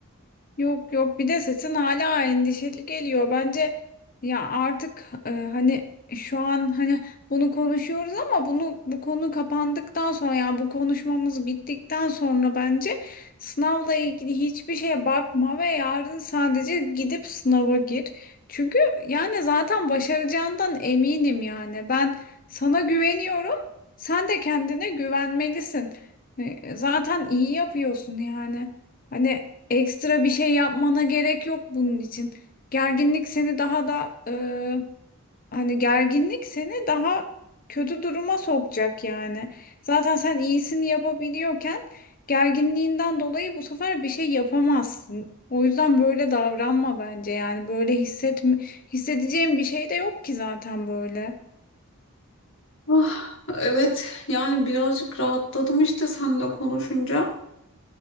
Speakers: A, on the left; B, on the left.
A: Yok yok bir de sesin hala endişeli geliyor. Bence ya artık e, hani şu an hani bunu konuşuyoruz ama bunu bu konu kapandıktan sonra yani bu konuşmamız bittikten sonra bence sınavla ilgili hiçbir şeye bakma ve yarın sadece gidip sınava gir. Çünkü yani zaten başaracağından eminim yani. Ben sana güveniyorum. Sen de kendine güvenmelisin. E, Zaten iyi yapıyorsun yani. Hani Ekstra bir şey yapmana gerek yok bunun için. Gerginlik seni daha da e, hani gerginlik seni daha kötü duruma sokacak yani. Zaten sen iyisini yapabiliyorken gerginliğinden dolayı bu sefer bir şey yapamazsın. O yüzden böyle davranma bence yani böyle hissetme hissedeceğim bir şey de yok ki zaten böyle.
B: Ah, evet yani birazcık rahatladım işte seninle konuşunca.